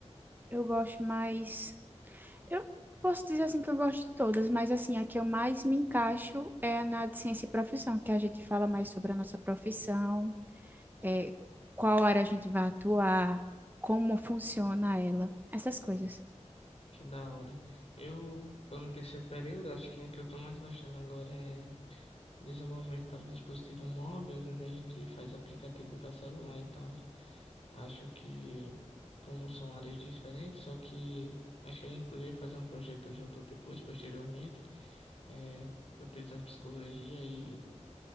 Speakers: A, on the right; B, on the left.
A: Eu gosto mais. Eu posso dizer assim que eu gosto de todas, mas assim, a que eu mais me encaixo é na de ciência e profissão, que a gente fala mais sobre a nossa profissão, é, qual área a gente vai atuar, como funciona ela, essas coisas.
B: Que da hora. Eu tô no terceiro período, acho que a que eu tô mais gostando agora é desenvolvimento para dispositivo móvel, onde a gente faz aplicativo para celular e tal. Acho que como são áreas diferentes, só que acho que a gente poderia fazer um projeto junto depois, posteriormente. é, utilizando psicologia e,